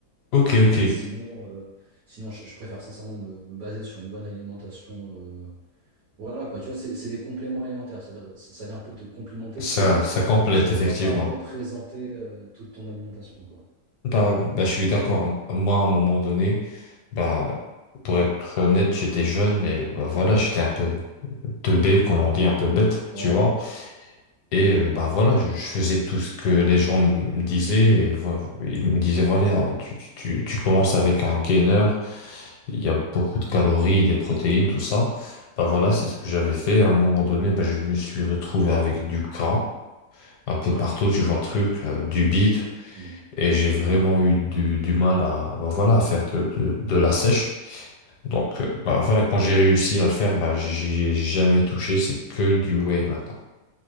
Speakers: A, on the left; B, on the right.
A: Ok, ok,
B: Mais sinon, euh, sinon je, je préfère sincèrement me, me baser sur une bonne alimentation. euh, voilà quoi, tu vois, c'est c'est des compléments alimentaires, c'est-à-dire ça, ça vient un peu te complimenter,
A: ça
B: t'aider,
A: ça complète
B: mais ça
A: effectivement.
B: ne doit pas représenter euh, toute ton alimentation, quoi.
A: Bah, bah, je suis d'accord. Moi, à un moment donné, bah, pour être honnête, j'étais jeune et bah, voilà, j'étais un peu teubé, comme on dit, un peu bête,
B: Ouais.
A: tu vois. Et euh, bah voilà, je, je faisais tout ce que les gens me disaient. Et, vo- ils me disaient, voilà, tu, tu, tu tu commences avec un gainer, il y a beaucoup de
B: Mm.
A: calories, des protéines, tout ça. Bah voilà, c'est ce que j'avais fait. À un moment donné, bah, je me suis retrouvé avec du gras un peu
B: Ouais.
A: partout, tu vois, le truc, euh, du bide.
B: Mm.
A: Et j'ai vraiment eu du, du mal à, bah voilà, à faire de, de, de la sèche. Donc, euh,
B: Mm.
A: bah voilà, quand j'ai réussi à le faire, bah, j'y ai jamais touché. C'est que du whey maintenant.